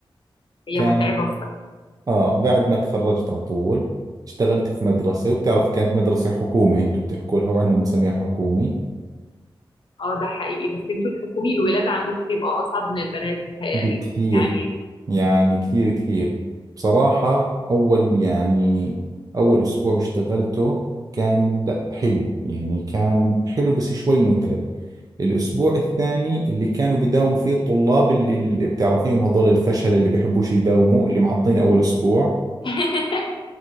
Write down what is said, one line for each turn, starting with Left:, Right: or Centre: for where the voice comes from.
Left: هي
Right: كانت
Left: متعبة
Right: آه بعد ما تخرجت على طول اشتغلت في مدرسة وبتعرف كانت مدرسة حكومي أنتم بتحكوا لها وعندنا بنسميها حكومي
Left: اه ده حقيقي بس انتوا الحكومي الولاد عندكم بيبقى اصعب من البنات متهيألي
Right: بكثير
Left: يعني
Right: يعني كثير كثير بصراحة أول يعني أول أسبوع اشتغلته كان لا حلو يعني كان حلو بس شوي متعب الأسبوع الثاني اللي كانوا بيداوموا فيه الطلاب اللي اللي بتعرفيهم هذول الفشل اللي بيحبوش يداوموا اللي معطين أول أسبوع
Left: <laughs>